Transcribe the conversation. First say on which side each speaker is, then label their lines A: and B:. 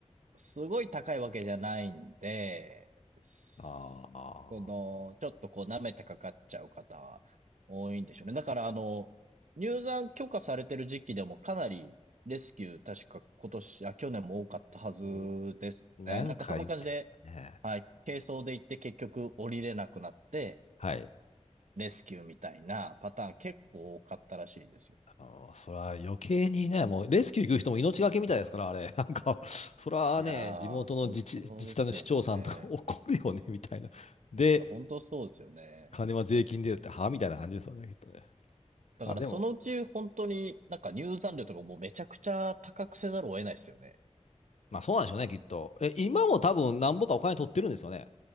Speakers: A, on the right; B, on the left.
A: すごい高いわけじゃないんで、その、
B: <laughs> ああ、
A: ちょっとこう舐めてかかっちゃう方は多いんでしょうね。だからあの、入山許可されてる時期でもかなりレスキュー確か今年、あ、去年も多かったはずですね。
B: うんなんか言ってましたね。
A: なんかそんな感じで、はい、軽装で行って結局降りれなくなって、
B: はい。
A: レスキューみたいなパターン結構多かったらしいですよ。
B: あのそれは余計にね、もうレスキュー行く人も命がけみたいですから、あれ。<laughs> なんか、それはね、
A: いやー、
B: 地元の自治、
A: 本当ですよね。
B: 自治体の市長さんとか <laughs> 怒るよね、みたいな。で、
A: いや、本当そうですよね。
B: 金は税金でって、はみたいな感じですよね、きっとね。
A: だからそのうち本当になんか入山料とかもうめちゃくちゃ高くせざるを得ないですよね。
B: あ、でも、まあそうなんでしょうね、きっと。え、今も多分、なんぼかお金取ってるんですよね。